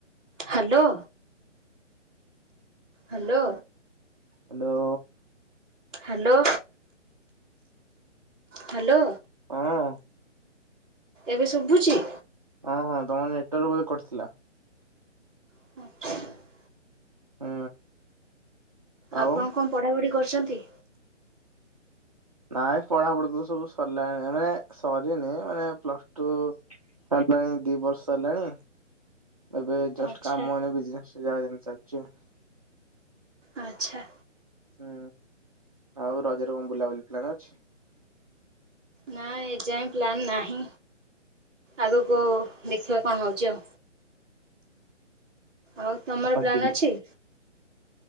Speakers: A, in the centre; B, on the right (about 30°).
A: Hello. Hello.
B: Hello.
A: Hello. Hello.
B: ହଁ।
A: ଏବେ ଶୁଭୁଛି।
B: ହଁ ହଁ ତମ ନେଟୱର୍କ ବୋଧେ କଟିଥିଲା।
A: <inaudible>
B: ହୁଁ। ଆଉ
A: ଆପଣ କଣ ପଢାପଢି କରିଛନ୍ତି।
B: ନାଇଁ ପଢା ପଢି ତ ସବୁ ସରିଲାଣି ମାନେ ସରିନି ମାନେ ପ୍ଲସ ଟୁ। ସାରିଲାଣି ଦି ବର୍ଷ ହେଲାଣି ଏବେ। ଜଷ୍ଟ
A: ଆଚ୍ଛା
B: କାମେ ଏଇନେ ବିଜିନେସ ଯା ଯେମତି ଚାଲିଛି ଆଉ।
A: ଆଚ୍ଛା।
B: ହୁଁ ଆଉ ରଜରେ କଁ ବୁଲାବୁଲି ପ୍ଲାାନ ଅଛି।
A: ନା ଏ ଯାଏ ପ୍ଲନ୍ ନାହିଁ ଆଗକୁ ଦେଖିବା କଣ ହଉଛି ଆଉ। ଆଉ ତମର
B: ବାକି
A: ପ୍ଲାନ୍ ଅଛି।